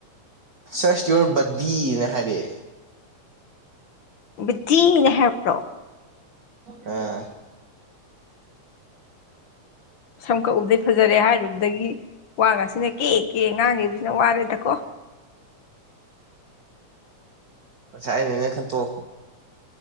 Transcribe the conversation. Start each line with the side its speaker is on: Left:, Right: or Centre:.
Right: ꯁꯔꯁ ꯌꯣꯔ ꯕꯗꯤꯅ ꯍꯥꯏꯔꯛꯑꯦ
Left: ꯕꯗꯤꯅ ꯍꯥꯢꯔꯛꯄ꯭ꯔꯣ
Right: ꯑ
Left: ꯁꯝ ꯀꯛꯎꯕꯗꯩ ꯐꯖꯔꯦ ꯍꯥꯏꯔꯨꯕꯗꯒꯤ ꯋꯥ ꯒꯥꯁꯤꯅ ꯀꯦ ꯀꯦ ꯉꯥꯡꯈꯤꯕꯁꯤꯅ ꯋꯥꯔꯦꯗꯀꯣ
Right: ꯃꯁꯥꯢꯅꯦꯅ ꯈꯟꯇꯣꯛꯑꯣ